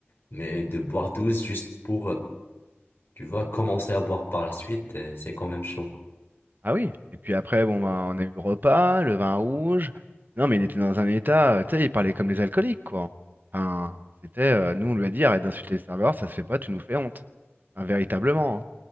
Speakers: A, on the left; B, on the right.
A: Mais de boire 12 juste pour, tu vois, commencer à boire par la suite, euh, c'est quand même chaud.
B: Ah oui, et puis après, bon, ben, on a eu le repas, le vin rouge. Non, mais il était dans un état, euh, tu sais, il parlait comme les alcooliques, quoi. Enfin, c'était, euh, nous, on lui a dit, arrête d'insulter les serveurs ça se fait pas, tu nous fais honte. Enfin, véritablement. hein.